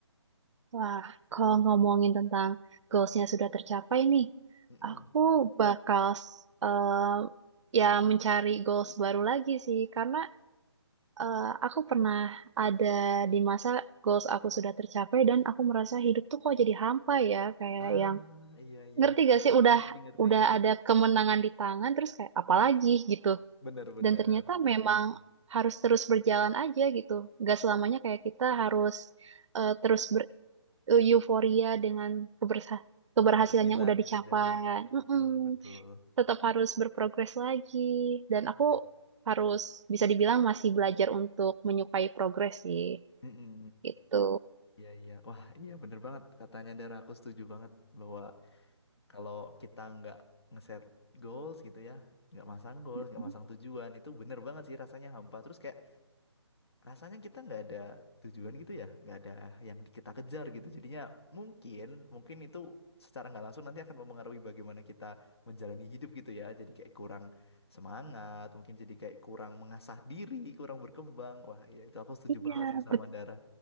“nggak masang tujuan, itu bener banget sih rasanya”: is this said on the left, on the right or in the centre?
Left